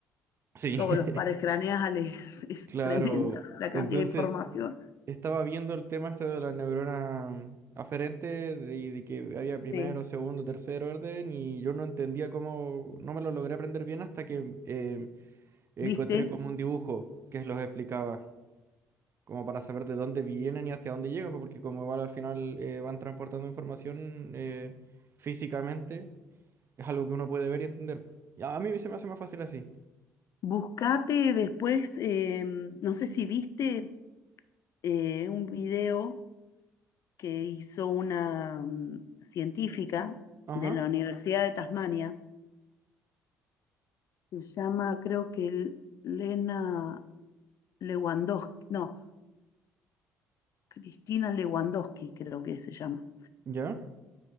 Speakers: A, on the right; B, on the left.
A: sí,
B: todos los pares
A: <laughs>
B: craneales, <laughs> es
A: claro.
B: tremenda la
A: Entonces
B: cantidad de información.
A: estaba viendo el tema este de la neurona aferente, de, de que había primero,
B: Sí.
A: segundo, tercer orden, y yo no entendía cómo, no me lo logré aprender bien hasta que eh, encontré
B: ¿Viste?
A: como un dibujo que los explicaba, como para saber de dónde vienen y hasta dónde llegan, pues, porque como igual al final eh, van transportando información eh, físicamente, es algo que uno puede ver y entender. Y a a mí se me hace más fácil así.
B: Buscate después, eh, no sé si viste eh, un video que hizo una mm, científica
A: Ajá,
B: de la Universidad de Tasmania, se llama, creo que L- Lena Lewandowski, no, Cristina Lewandowski creo que se llama.
A: ya,